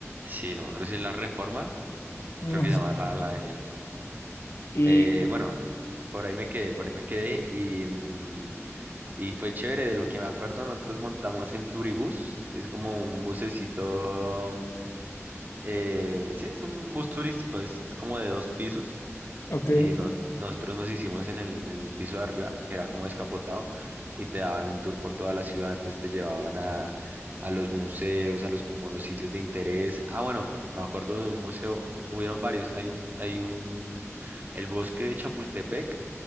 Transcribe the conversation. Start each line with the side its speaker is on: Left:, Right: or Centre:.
Right: Sí, no me acuerdo si es la Reforma,
Left: Mm,
Right: creo que se llama la, la avenida.
Left: Y,
Right: Eh, bueno, por ahí me quedé, por ahí me quedé y, mm, y fue chévere. De lo que me acuerdo, nosotros montamos en Turibús, que es como un bucecito, eh, sí, es un bus turístico, es como de dos pisos
Left: ok,
Right: y no- nosotros nos hicimos en el, en el piso de arriba, que era como escapotado, y te daban un tour por toda la ciudad, entonces te llevaban a, a los museos, a los como los sitios de interés. Ah, bueno, me acuerdo de un museo, hubieron varios, hay un, hay un, el bosque de Chapultepec,